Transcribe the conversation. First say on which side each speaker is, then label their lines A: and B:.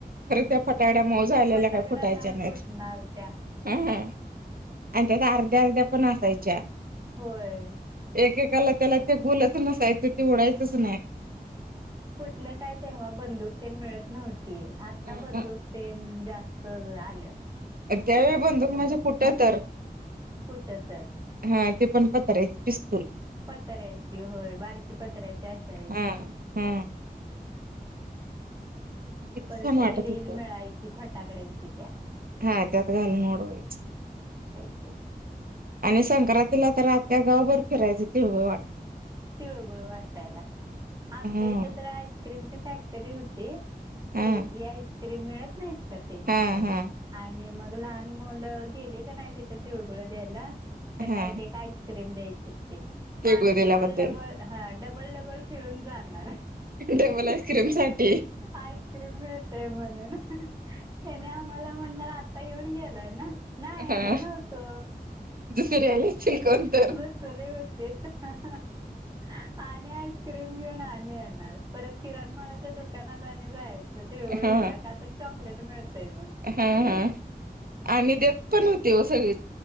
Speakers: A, on the right; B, on the right.
A: खर त्या फटाकड्या मऊ झालेल्या,
B: ते फटाकड्या
A: काही फुटायच्या
B: नाही
A: नाहीत
B: फुटणार त्या
A: ह ह आणि त्यात अर्ध्या, अर्ध्या पण असायच्या
B: होय!
A: एकेकाला त्याला ते गोलच नसायचं, ते उडायचंच नाही.
B: त काय तेव्हा बंदूकतेन मिळत नव्हती, आता
A: नाही
B: बंदूकतेन जास्त त आले.
A: अ त्यावेळी बंदूक माझ्या कुठ तर,
B: कुठं तर
A: हा ते प <unintelligible>
B: पत्र्याची होय, बारकी पत्र्याचे आशा याचे
A: हा हा किती
B: परत
A: छान
B: त्याची
A: वाटत
B: रील
A: होत
B: मिळायची, फटाकड्याची त्या
A: हा त्यात घालून उडवायचं.
B: के <unintelligible>
A: आणि संक्रांतीला तर, आख्या गावभर फिरायचं तिळगुळ वाटत.
B: तिळगुळू वाटायला, आमच्या
A: हा
B: इथं तर आईस्क्रीमची फॅक्टरी होती.
A: हा
B: क्रेझी आईसक्रीम मिळत नाहीत. का ते
A: हा, हम
B: आणि मग लहान मुलं गेले का नाही तिथं तिळगुळ द्यायला, त्यांना
A: हा
B: एक, एक, आईसक्रीम ेम द्यायचे ते <unintelligible>
A: तिळगुळ
B: मग आम्ही
A: दिल्याबद्दल
B: डबल, डबल, हा डबल, डबल, फिरून जाणार
A: डबल आईस्क्रीम साठी
B: आईस्क्रीम मिळते म्हणून त्याने आम्हाला आता येऊन गेलाय नाय, नाही आम्ही
A: हा
B: नव्हतो.
A: दुसरी आली असतील कोण तर
B: बस अरेव तेच <unintelligible> आणि आईस्क्रीम घेऊन आणि येणार, परत किराणा मलाच्या दुका दुकानात आणि जायच तिळगुळ
A: हा
B: द्यायला, का तर चॉकलेट मिळतय.
A: हा, हा आणि देत पण होती व सगळी